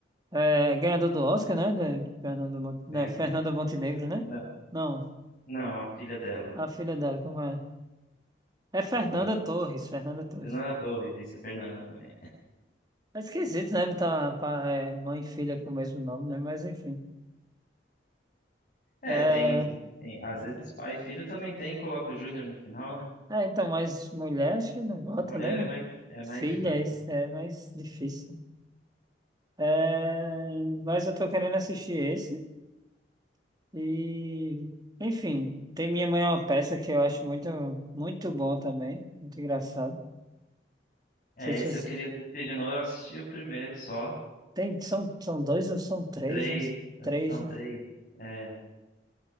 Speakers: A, on the right; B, on the left.
A: é, ganhador do Oscar, né? né, Fernando, Mon- né?
B: né?
A: Fernanda Montenegro,
B: Na-
A: né? Não.
B: Não, a filha dela,
A: A filha dela, como é? É
B: deu
A: Fernanda
B: branco.
A: Torres, Fernanda Torres.
B: Fernanda Torres, isso, a Fernanda também.
A: É esquisito, né? Tá, pa- é, mãe e filha com o mesmo nome, né? Mas enfim.
B: É,
A: É,
B: tem, tem, às vezes pai e filho também tem, coloca o Júnior no final, né?
A: é, então, mas mulher acho que não bota,
B: Mulher
A: né?
B: é mais, é mais
A: Filha,
B: difícil.
A: isso é mais difícil. É, mas eu tô querendo assistir esse. E, enfim, tem Minha Mãe é uma peça que eu acho muito, muito bom também. Muito engraçado. Não
B: É,
A: sei se
B: esse
A: você-
B: eu queria assistir de novo, eu assisti o primeiro só.
A: Tem, são, são dois ou são três,
B: Três,
A: né?
B: acho
A: Três,
B: que são
A: né?
B: três. É,